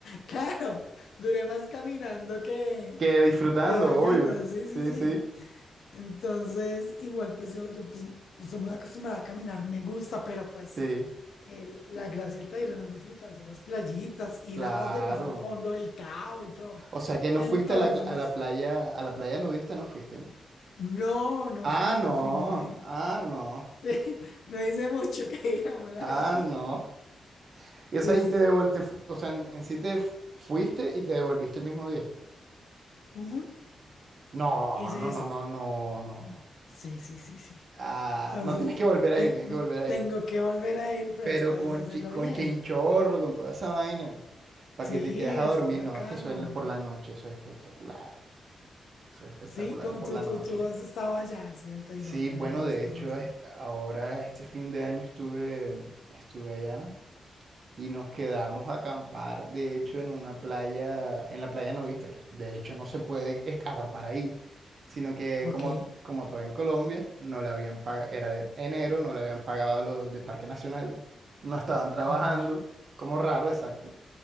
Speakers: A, on the left; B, on the right.
A: Claro, duré más caminando que,
B: Que disfrutando,
A: que bañando,
B: obvio.
A: sí, sí,
B: Sí,
A: sí.
B: sí,
A: Entonces, igual pues yo, yo pues, estoy muy acostumbrada a caminar, me gusta, pero pues
B: sí.
A: el- la gracia del Tayrona es disfrutarse las playitas, ir
B: Claro.
A: a las demás al fondo del Tao y todo.
B: O sea que no
A: Entonces,
B: fuiste a la, cl- a la playa, a la playa nudista no fuiste.
A: no, no
B: Ah,
A: fui, no
B: no.
A: fui, no fui.
B: Ah, no.
A: <laughs> No hice mucho que digamos, la
B: Ah,
A: verdad.
B: no. Y, o
A: Entonces,
B: sea, y te devolviste, o sea, en, en sí te fu- fuiste y te devolviste el mismo día.
A: ujú,
B: No,
A: hice
B: no, no,
A: eso.
B: no, no, no, no.
A: Sí, sí, sí, sí.
B: Ah,
A: Entonces,
B: no tienes que volver
A: ten-
B: a ir, tienes que volver a
A: tengo
B: ir.
A: que volver a ir, pero
B: Pero
A: esta
B: con,
A: vez hacerlo
B: chi- con
A: bien.
B: chinchorro, con toda esa vaina, para
A: Sí,
B: que te quedes a
A: así
B: dormir.
A: es bacano.
B: No, es que eso es por la noche, eso es espectacular. Eso es espectacular
A: Sí, co-
B: por
A: tú,
B: la
A: tú,
B: noche.
A: tú has estado allá, sí, Altairona,
B: Sí, bueno,
A: las
B: de
A: has pasado
B: hecho,
A: súper.
B: es- ahora este fin de año estuve, estuve allá y nos quedamos a acampar, de hecho, en una playa, en la playa nudista, que de hecho no se puede es- acampar ahí, sino que
A: Ok,
B: como, como todo en Colombia, no le habían pagado, era de enero, no le habían pagado a los de Parque Nacional, no estaban trabajando,
A: como raro,
B: como raro, exacto.